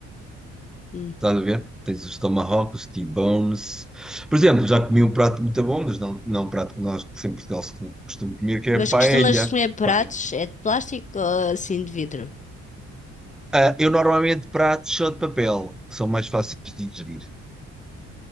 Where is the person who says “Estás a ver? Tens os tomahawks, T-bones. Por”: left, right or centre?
Centre